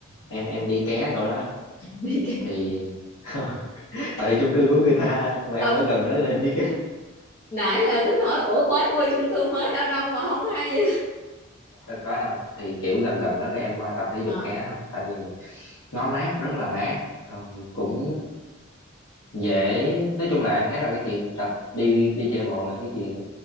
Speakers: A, on the left; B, on the left.
A: em em đi ké chỗ đó
B: <laughs> đi cái
A: thì <laughs> tại vì chung cư của người ta mà
B: Ờ,
A: em ở gần đó nên em đi ké
B: nãy giờ tính hỏi ủa mới mua chung cư mới ở đâu mà không hay
A: đâu có đâu thì kiểu gần gần đó rồi em qua tập thể dục
B: Ờ,
A: ké thôi tại vì nó mát rất là mát rồi cũng dễ nói chung là em thấy là cái chuyện tập đi đi chạy bộ là cái chuyện